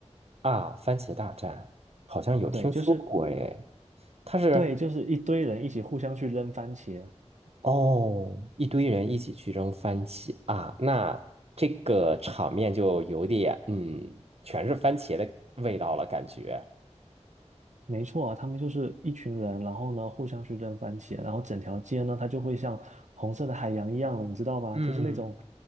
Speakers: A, on the right; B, on the right.
A: 啊，番茄大战好像有听说过耶。
B: 对，就是
A: 它是
B: 对，就是一堆人一起互相去扔番茄，
A: 哦，一堆人一起去扔番茄啊，那这个场面就有点，嗯，全是番茄的味道了，感觉。
B: 没错啊，他们就是一群人，然后呢互相去扔番茄，然后整条街呢它就会像红色的海洋一样了，你知道吗？
A: 嗯
B: 就是那种